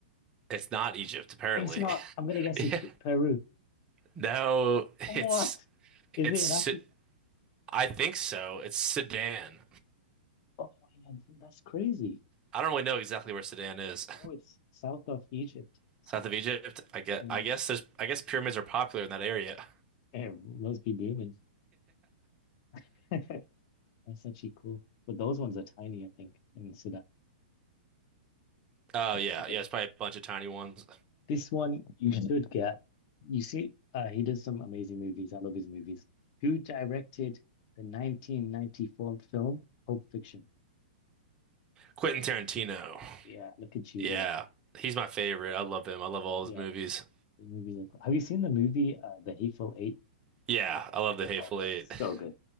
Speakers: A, on the right; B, on the left.
A: It's not Egypt, apparently.
B: It's not.
A: <laughs>
B: I'm gonna guess
A: Yeah.
B: it's P Peru.
A: No,
B: What?
A: it's
B: Is
A: it's
B: it in Africa?
A: I think so. It's Sudan.
B: Oh, man, that's crazy.
A: I don't really know exactly where Sudan is.
B: Oh, it's south of Egypt.
A: <laughs>
B: So
A: South
B: that
A: of Egypt. I guess
B: mm,
A: I guess there's I guess pyramids are popular in that area.
B: it must be booming. <laughs> Masachiko. But those ones are tiny, I think, in Sudan.
A: Oh yeah,
B: Okay.
A: yeah, it's probably a bunch of tiny ones.
B: This one you Mhm. should get. You see, uh, he does some amazing movies. I love his movies. Who directed the 1994 film Pulp Fiction?
A: Quentin Tarantino.
B: Yeah, look at you
A: Yeah.
B: go.
A: He's my favorite. I love him. I love all
B: Yeah,
A: his movies.
B: his, his movies are cool. Have you seen the movie uh, The Hateful Eight?
A: Yeah, I love The Hateful
B: Oh,
A: Eight.
B: so
A: <laughs>
B: good.